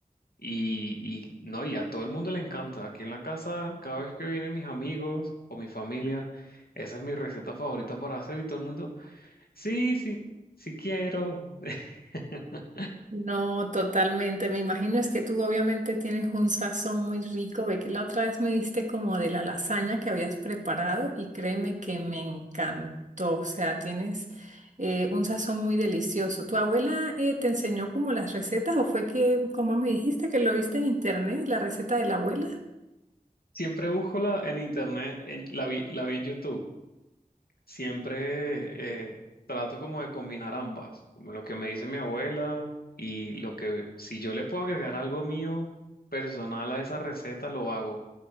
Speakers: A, on the left (about 85°); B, on the right (about 55°).
A: Y, y no, y a todo el mundo le encanta. Aquí en la casa, cada vez que vienen mis amigos o mi familia, esa es mi receta favorita para hacer y todo el mundo, sí, sí, sí quiero. <laughs>
B: No, totalmente. Me imagino es que tú obviamente tienes un sazón muy rico. Ve que la otra vez me diste como de la lasaña que habías preparado y créeme que me encantó. O sea, tienes eh, un sazón muy delicioso. ¿Tu abuela eh, te enseñó como las recetas o fue que, como me dijiste, que lo viste en internet, la receta de la abuela?
A: Siempre busco la en internet, en- la vi, la vi en YouTube. Siempre eh, trato como de combinar ambas, como lo que me dice mi abuela y lo que si yo le puedo agregar algo mío personal a esa receta, lo hago.